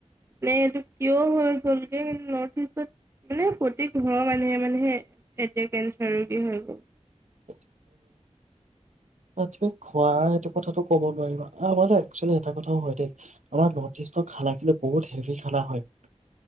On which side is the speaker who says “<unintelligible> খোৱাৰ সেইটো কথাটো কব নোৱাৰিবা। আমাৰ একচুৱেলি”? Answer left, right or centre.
Right